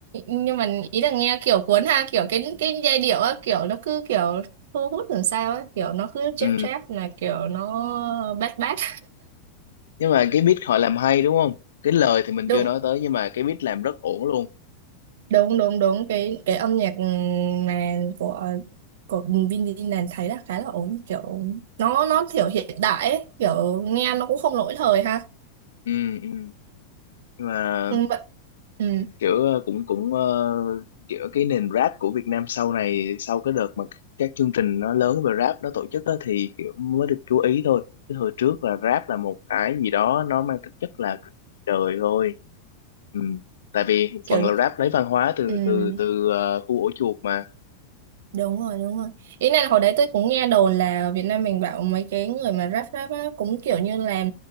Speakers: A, on the right; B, on the left.
A: nhưng mà ý là nghe kiểu cuốn ha kiểu cái cái giai điệu á kiểu nó cứ kiểu thu hút làm sao á kiểu nó cứ chép
B: ừ.
A: chép là kiểu nó bad bad
B: nhưng mà cái beat họ làm hay đúng không? cái lời thì mình
A: đúng
B: chưa nói tới nhưng mà cái beat làm rất ổn luôn
A: đúng đúng đúng cái cái âm nhạc mà của của Vin Diesel thấy là khá là ổn kiểu nó nó kiểu hiện đại ấy, kiểu nghe nó cũng không lỗi thời ha
B: ừ, ừ. nhưng mà
A: ừ, vậy- ừ,
B: kiểu ờ, cũng cũng ờ, kiểu cái nền rap của Việt Nam sau này sau cái đợt mà các chương trình nó lớn về rap nó tổ chức á, thì kiểu mới được chú ý thôi chứ hồi trước là rap là một cái gì đó nó mang tính chất là đời thôi ừ. tại vì một
A: kiểu
B: phần là rap lấy văn hóa từ
A: ừ,
B: từ từ ờ, khu ổ chuột mà
A: đúng rồi đúng rồi ý này hồi đấy tôi cũng nghe đồn là ở Việt Nam mình bảo mấy cái người mà rap rap á, cũng kiểu như là